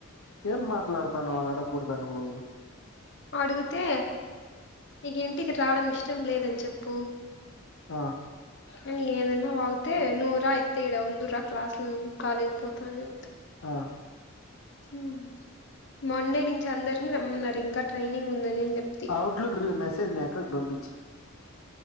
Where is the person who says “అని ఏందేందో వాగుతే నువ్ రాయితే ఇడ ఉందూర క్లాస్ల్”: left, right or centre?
Left